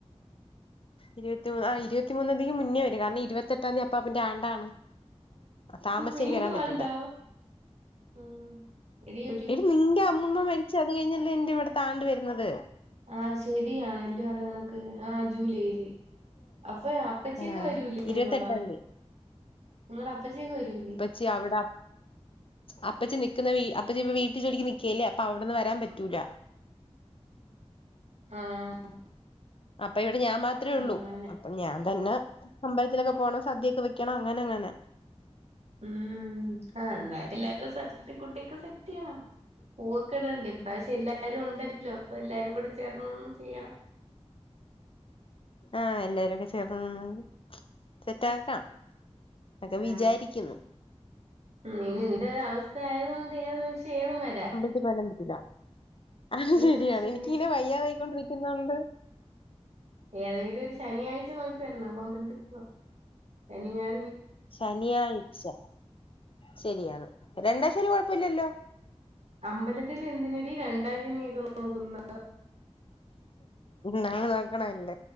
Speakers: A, on the left; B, on the right.
A: ഇരുപത്തി മൂന്ന് ആഹ് ഇരുത്തി മൂന്നാം തീയതിക്ക് മുന്നേ വരു കാരണം ഇരുവത്തെട്ടാന്തി അപ്പാപ്പാൻ്റെ ആണ്ടാണ് താമസിച്ചാൽ
B: വീണ്ടും
A: എനിക്ക് വരാൻ പറ്റൂല
B: ഉണ്ടോ ഉം എടീ ഒരു
A: ഇടി നിൻ്റെ അം മുന്മ മരിച്ച അത് കഴിഞ്ഞല്ലേന്റെ ഇവിടത്താണ്ട് വരുന്നത്
B: ആഹ് ശെരിയാണ് എല് പറങ്ങണക്ക് ആഹ് ജൂലൈയില് അപ്പ അപ്പച്ചിയൊക്കെ
A: ആഹ്
B: വരൂലേ
A: ഇരുപത്തെട്ടാം
B: നിങ്ങള
A: തീയതി
B: നിങ്ങള അപ്പച്ചിയൊക്കെ വരൂലേ
A: ച്ചി അവട അപ്പച്ചി നിക്കുന്ന വീ അപ്പച്ചിപ്പ വീട്ട് ജോലിക്ക് നിക്കല്ലേ അപ്പൊ അവ്ട്ന്ന് വരാൻ പറ്റൂല
B: ആഹ്
A: അപ്പ ഇവിടെ ഞാൻ മാത്രേ
B: അപ്പ
A: ഉള്ളൂ
B: അങ്ങനെ
A: അപ്പ ഞാൻ തന്നെ അമ്പലത്തിലൊക്കെ പോണം, സദ്യയൊക്കെ വെക്കണം, അങ്ങനെ അങ്ങനെ
B: ഊം ആ <unintelligible> കുട്ടിക്ക് സെറ്റ്യ്യണം പൂവൊക്കെ ഇടണ്ടെ, ഇപ്രാവശ്യം എല്ലാരും ഉണ്ടല്ലോ, അപ്പൊ എല്ലാരും കൂടെ ചേർന്ന് ഒന്ന് ചെയ്യണം
A: ആഹ്, എല്ലാരൂടെ ചേർന്ന് നിന്ന്, സെറ്റ് ആക്കാം ഒക്കെ
B: അതാണ്
A: വിചാരിക്കുന്നു
B: ഉം ഇനി നിന്റെ ഒരവസ്ഥയത് കൊണ്ട് <unintelligible> വരാ
A: ത്തി പോവാനൊന്നും പറ്റൂല. ആഹ് ശരിയാണ്.
B: നിമിഷം
A: എനിക്കിങ്ങനെ വയ്യാതായികൊണ്ട് നിക്കുന്നെകൊണ്ട്
B: ഏതെങ്കിലും ഒരു ശനിയാഴ്ച നോക്കി വരണം. അപ്പമ്പലത്തി പോവാം. ശനി ഞാൻ
A: ശനിയാഴ്ച ശരിയാണ്, രണ്ടാശനി കൊഴപ്പഇല്ലല്ലോ
B: അമ്പലത്തിലെന്തിനടി രണ്ടാ ശനിയെക്കെ നോക്കുന്ന
A: നള് നോക്കണവല്ല.